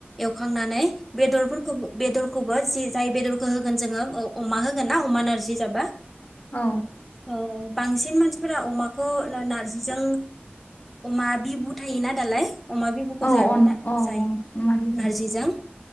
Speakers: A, in the centre; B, on the left.
A: एवखांनानै बेदरफोरखौ बेदरखौबो जि जाय बेदरखौ होगोन जोंङो अमा होगोन ना अमा नारजि जाबा
B: औ
A: औ बांसिन मानसिफोरा अमाखौ नारजिजों अमा बिबु थोयोना दालाय अमा बि खौ
B: औ
A: जानोना
B: अन औ
A: जायो
B: औ अमा बिबु
A: नारजिजों